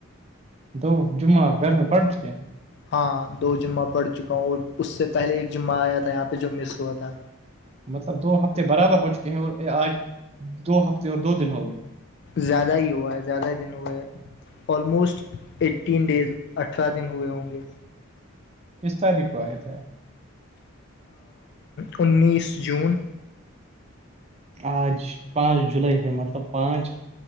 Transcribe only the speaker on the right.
دو جمعہ گھر میں پڑھ چکے ہیں
مطلب دو ہفتے برابر ہو چکے ہیں اور آج دو ہفتے اور دو دن ہو گیا
کس تاریخ کو آئے تھے آپ
آج پانچ جولائی ہے مطلب پانچ